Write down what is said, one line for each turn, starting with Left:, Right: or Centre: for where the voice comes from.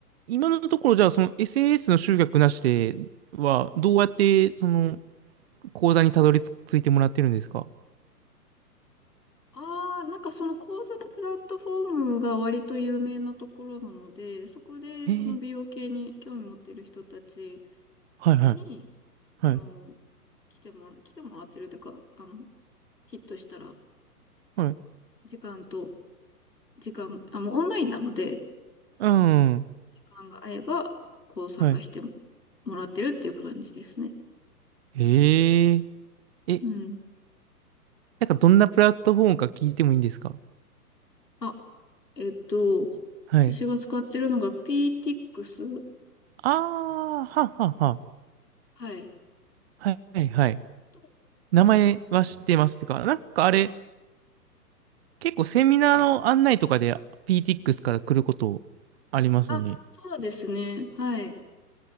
Right: 今のところじゃあその s n s の集客なしではどうやってその講座にたどり着いてもらってるんですか
Left: ああ、なんかその講座のプラットフォームが割と有名なところなので、そこでその美容系に興味持ってる人たち
Right: えー、はいはい
Left: に、あの、
Right: はい
Left: 来てもら、来てもらってるというか、あの、ヒットしたら、
Right: はい。
Left: 時間と時間、あ、もうオンラインなので、
Right: うん。
Left: お時間が合えば、こう参加してもらってるっていう感じですね。
Right: はい。へえ。え、
Left: うん。
Right: なんかどんなプラットフォームか聞いてもいいんですか
Left: あ、えっと、
Right: はい。
Left: 私が使ってるのが p t ス。
Right: ああ、ははは。
Left: はい。
Right: はいはいはい。
Left: と、
Right: 名前は知ってますってか。
Left: あ、
Right: なんかあれ、結構セミナーの案内とかで PTX から来ることありますね。
Left: あ、そうですね。はい。